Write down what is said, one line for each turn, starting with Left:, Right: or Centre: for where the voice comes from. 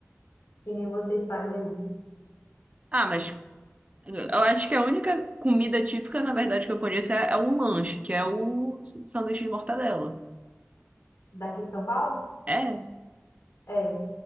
Left: que nem vocês fazem aí.
Right: Ah, mas eh, eu acho que a única comida típica, na verdade, que eu conheço é, é um lanche, que é o sanduíche de mortadela.
Left: Daqui de São Paulo?
Right: É?
Left: É.